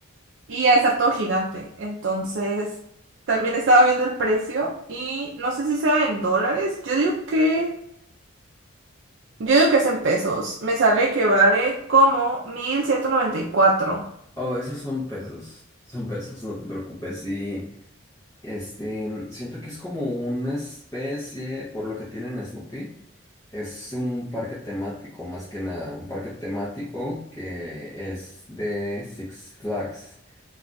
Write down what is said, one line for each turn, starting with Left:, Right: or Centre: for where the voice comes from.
Right: y ha de estar todo gigante. Entonces, también estaba viendo el precio y no sé si sea en dólares, yo digo que, yo digo que es en pesos, me sale que vale como mil ciento noventa y cuatro.
Left: Oh, esos son pesos, son pesos, no te preocupes. Y este, siento que es como una especie, por lo que tienen a Snoopy, es un parque temático más que nada, un parque temático que es de Six Flags.